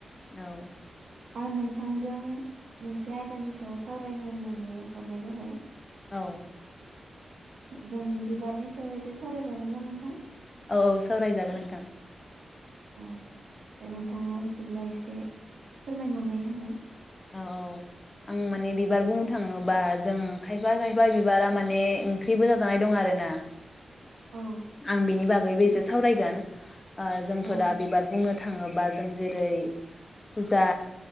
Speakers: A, on the left; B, on the right.
A: औ
B: आं नोंथांजों मोनसे आयदानि सायाव सावरायनो होननानै हरनाय जाबाय
A: औ
B: जों बिबारनि सायाव एसे सावरायजागोनना नोंथां?
A: औ औ सावरायजागोन नोंथां
B: औ दे नोंथाङा बिदिब्ला एसे फोरमायनानै होनै
A: औ औ आं माने बिबार बुंनो थाङोबा जों खायफा खायफा बिबारा माने ओंख्रिबो जाजानाय दं आरोना
B: औ
A: आं बिनि बागैबो
B: नोंथां
A: एसे सावरायगोन ओ जोंथ'
B: औ
A: दा
B: नोंथां
A: बिबार बुंनो थाङो बा जों जेरै फुजा